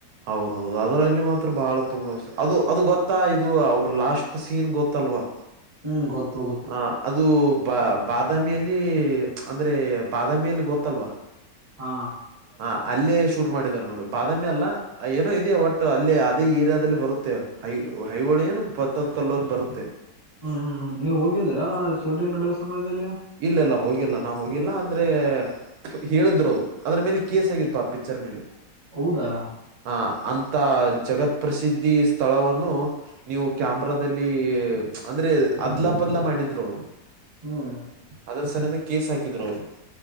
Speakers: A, on the right; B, on the right.
A: ಹೌದೌದು ಅದ್ರಲ್ಲಿ ಮಾತ್ರ ಬಹಳ ತುಂಬ ಅದು ಅದು ಗೊತ್ತಾ ಇದು ಅವ್ರ ಲಾಸ್ಟ್ ಸೀನ್ ಗೊತ್ತಲ್ವಾ
B: ಹ್ಮ್ ಗೊತ್ತು ಗೊತ್ತು
A: ಹ ಅದು ಬ ಬಾದಾಮಿಯಲ್ಲಿ ಅಂದ್ರೆ ಬಾದಾಮಿಯಲ್ಲಿ ಗೊತ್ತಲ್ವಾ
B: ಹಾ
A: ಹ ಅಲ್ಲೇ ಶೂಟ್ ಮಾಡಿದ್ದಾರೆ ನೋಡಿ ಬಾದಾಮಿ ಅಲ್ಲ ಏನೋ ಇದೆಯ ಒಟ್ ಅಲ್ಲೇ ಅದೇ ಏರಿಯಾದಲ್ಲಿ ಬರುತ್ತ ಮತ್ತ ಹೈ ಹೈಹಳಿ ಏನು ಪತ್ತದ್ ಕಲ್ಲಲ್ಲಿ ಬರುತ್ತೆ
B: ಹ್ಮ್ ಹ್ಮ್ ಹ್ಮ್ ನೀ್ ಹೋಗಿದ್ದೀರಾ ಶೂಟಿಂಗ್ ನಡುವ ಸಮಯದಲ್ಲಿ
A: ಇಲ್ಲ ಇಲ್ಲ ಹೋಗಿಲ್ಲ ನಾ ಹೋಗಿಲ್ಲ ಅಂದ್ರೆ ಹೇಳುದ್್ರದು ಅದ್ರ ಮೇಲೆ ಕೇಸ್ ಆಗಿತ್ತು ಆ ಪಿಕ್ಚರ್ ಮೇಲೆ
B: ಹೌದಾ
A: ಅ ಅಂತ ಜಗತ್ ಪ್ರಸಿದ್ಧಿ ಸ್ಥಳವನ್ನು ನೀವು ಕ್ಯಾಮ್ರಾದಲ್ಲಿ ಅಂದ್ರೆ ಅದ್ಲ ಪದ್ಲ ಮಾಡಿದ್ರು ಅವರು
B: ಹ್ಮ್.
A: ಅದ್ರ ಸಲಯಂದ ಕೇಸ್ ಹಾಕಿದ್ರು ಅವ್ರು